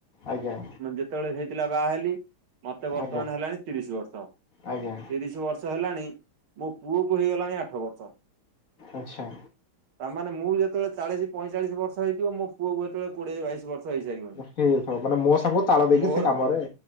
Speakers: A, on the left; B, on the right.
A: ଆଜ୍ଞା।
B: ମୁଁ ଯେତେବେଳେ ହେଇଥିଲା ବାହା ହେଲି। ମତେ ବର୍ତ୍ତମାନ
A: ଆଜ୍ଞା
B: ହେଲାଣି ତିରିଶ ବର୍ଷ
A: ଆଜ୍ଞା
B: ତିରିଶ ବର୍ଷ ବର୍ଷ ହେଲାଣି ମୋ ପୁଅ କୁ ହେଇଗଲାଣି ଆଠ ବର୍ଷ।
A: ଆଚ୍ଛା।
B: ତା ମାନେ ମୁଁ ଯେତବେଳେ ଚାଳିଶି ପଇଁଚାଳିଶ ବର୍ଷ ହେଇଥିବ ମୋ ପୁଅକୁ ହେତବେଳେ କୋଡିଏ ବାଇଶ ବର୍ଷ। ହେଇସାରିବଣି।
A: ସେଇ ସ ମାନେ ମୋ ସାଙ୍ଗ ତାଳ
B: ଆଉ
A: ଦେଇକି
B: ମୋର
A: ସେ କାମ ରେ